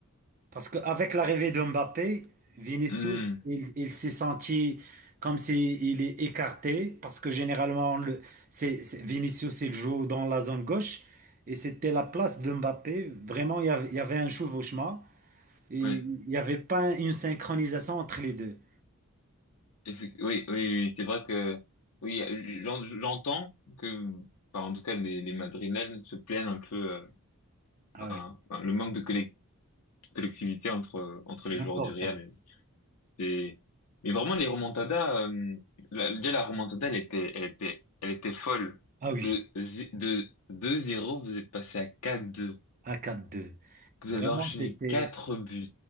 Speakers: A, on the right; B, on the left.
A: Parce qu'avec l'arrivée de Mbappé, Vinicius,
B: Mhm.
A: il, il s'est senti comme s'il est écarté, parce que généralement, le, c'est, c'est- Vinicius, il joue dans la zone gauche, et c'était la place de Mbappé. Vraiment, il y avait, il y avait un chevauchement, et
B: Ouais.
A: il n'y avait pas une synchronisation entre les deux.
B: Effe- Oui, oui, oui, oui, c'est vrai que oui, j'en- j'entends que, enfin, en tout cas, les, les Madrilènes se plaignent un peu, euh,
A: Ah
B: enfin,
A: oui,
B: enfin, le manque de collec- collectivité entre entre
A: c'est
B: les
A: important.
B: joueurs du Real. Et, mais vraiment, les remontadas, euh, la- déjà la remontada, elle était, elle était, elle était folle.
A: Ah oui,
B: De zi- de deux zéro vous êtes passé à quatre deux,
A: à quatre deux,
B: Vous
A: Vraiment,
B: avez enchaîné
A: c'était...
B: quatre buts.